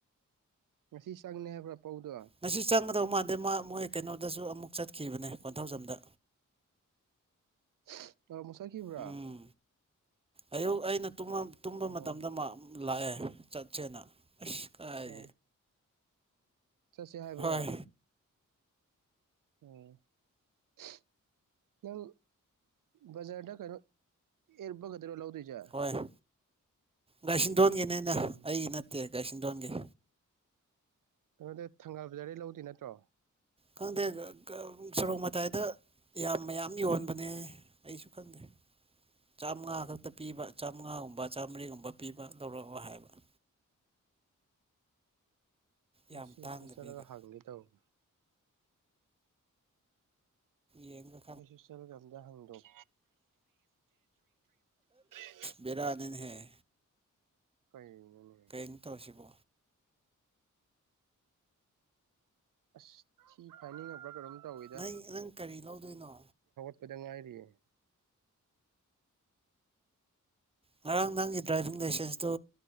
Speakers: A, on the right; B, on the right.
A: ꯉꯁꯤ ꯆꯪꯅꯤ ꯍꯥꯏꯕ꯭ꯔꯥ ꯑꯄꯧꯗꯣ
B: ꯉꯁꯤ ꯆꯪꯒꯗꯧ ꯃꯥꯟꯗꯦ ꯃꯥ ꯃꯣꯏ ꯀꯩꯅꯣꯗꯁꯨ ꯑꯃꯨꯛ ꯆꯠꯈꯤꯕꯅꯦ ꯀꯣꯟꯊꯧꯖꯝꯗ
A: <unintelligible> ꯑ ꯃꯁꯥ ꯈꯤꯕ꯭ꯔꯥ
B: ꯎꯝ ꯑꯌꯨꯛ ꯑꯩꯅ ꯇꯨꯝꯕ ꯇꯨꯝꯕ
A: ꯑꯣ
B: ꯃꯇꯝꯗ ꯃꯥ ꯂꯥꯛꯑꯦ ꯆꯠꯁꯦꯅ ꯑꯁ ꯀꯥꯏ
A: ꯑꯣ ꯆꯠꯁꯦ ꯍꯥꯏꯕ꯭ꯔ
B: ꯍꯣꯏ
A: ꯎꯝ <unintelligible> ꯅꯪ ꯕꯖꯥꯔꯗ ꯀꯩꯅꯣ ꯑꯦꯔꯕꯒ ꯈꯠꯇꯔꯣ ꯂꯧꯗꯣꯏꯖꯦ
B: ꯑꯥꯏ ꯒꯥꯏꯁꯤꯟꯗꯣꯟꯒꯤꯅꯤꯅꯦ
A: ꯎꯝ
B: ꯑꯩꯏ ꯅꯠꯇꯦ ꯒꯥꯏꯁꯤꯟꯗꯣꯟꯒꯤ
A: ꯑꯗꯨꯗꯤ ꯊꯪꯒꯥꯜ ꯕꯖꯥꯔꯗꯩ ꯂꯧꯗꯣꯏ ꯅꯠꯇ꯭ꯔꯣ
B: ꯈꯪꯗꯦ ꯀ ꯀ ꯁꯔꯣꯛ ꯃꯇꯥꯏꯗ ꯌꯥꯝ ꯃꯌꯥꯝ ꯌꯣꯟꯕꯅꯦ ꯑꯩꯁꯨ ꯈꯪꯗꯦ ꯆꯥꯝꯉꯥ ꯈꯛ ꯇ ꯄꯤꯕ ꯆꯥꯝꯉꯥꯒꯨꯝꯕ ꯆꯥꯝꯃꯔꯤꯒꯨꯝꯕ ꯄꯤꯕ ꯂꯧꯔꯛꯑꯣ ꯍꯥꯏꯕ
A: ꯑꯩꯁꯨ
B: ꯌꯥꯝ ꯇꯥꯡꯗꯕꯤꯗ
A: ꯑꯝꯗ ꯆꯠꯂꯒ ꯍꯪꯒꯦ ꯇꯧꯕ
B: ꯌꯦꯡꯔ
A: ꯍꯩꯁꯨ ꯆꯠꯂꯒ ꯑꯝꯗ ꯍꯪꯗꯣꯛ <unintelligible>
B: ꯕꯦꯔꯥꯅꯦꯅꯍꯦ
A: ꯀꯩꯅꯣꯅꯦ
B: ꯎꯝ ꯇꯧꯏꯁꯤꯕꯣ
A: ꯑꯁ ꯊꯤ ꯐꯥꯏꯅꯤꯡꯉꯕ꯭ꯔꯥ ꯀꯩꯅꯣꯝ ꯇꯧꯋꯤꯗ
B: ꯅꯩ ꯅꯪ ꯀꯔꯤ ꯂꯧꯗꯣꯏꯅꯣ
A: ꯄꯗ ꯉꯥꯏꯔꯤꯌꯦ
B: ꯉꯔꯥꯡ ꯅꯪꯒꯤ ꯗ꯭ꯔꯥꯏꯚꯤꯡ ꯂꯥꯏꯁꯦꯟꯁꯇꯨ